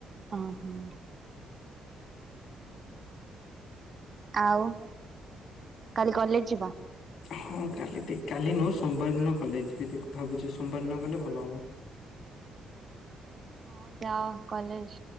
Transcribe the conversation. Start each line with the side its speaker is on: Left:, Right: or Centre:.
Right: ଅଁ ହଁ। ଆଉ କାଲି କଲେଜ ଯିବ?
Left: ହଁ କାଲି ଟିକ୍ କାଲି ନୁହଁ ସୋମବାର ଦିନ କଲେଜ ଯିବି ଭାବୁଛି। ସୋମବାର ଦିନ ଗଲେ ଭଲ ହବ।
Right: ହଁ ଯାଅ କଲେଜ